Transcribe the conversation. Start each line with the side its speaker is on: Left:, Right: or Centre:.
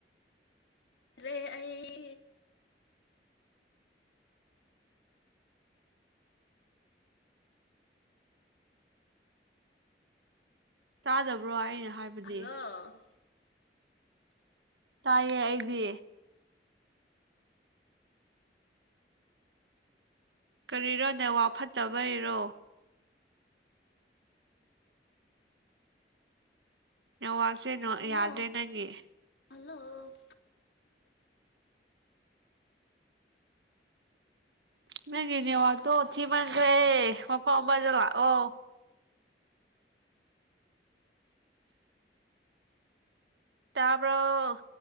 Left: <unintelligible> ꯑꯩ
Right: ꯇꯥꯗꯕ꯭ꯔꯣ ꯑꯩꯅ ꯍꯥꯏꯕꯗꯤ
Left: ꯍꯜꯂꯣ
Right: ꯇꯥꯏꯌꯦ ꯑꯩꯗꯤ ꯀꯔꯤꯔ ꯅꯦꯠꯋꯥꯛ ꯐꯠꯇꯕꯩꯔꯣ? ꯅꯦꯠꯋꯥꯛꯁꯦ
Left: ꯍꯜꯂꯣ
Right: ꯌꯥꯗ꯭ꯔꯦ ꯅꯪꯒꯤ
Left: ꯍꯜꯂꯣ
Right: ꯅꯪꯒꯤ ꯅꯦꯋꯥꯥꯛꯇꯣ ꯊꯤ ꯃꯟꯈ꯭ꯔꯦ ꯃꯐꯝ ꯑꯃꯗ ꯂꯥꯛꯑꯣ ꯇꯥꯕ꯭ꯔꫭ?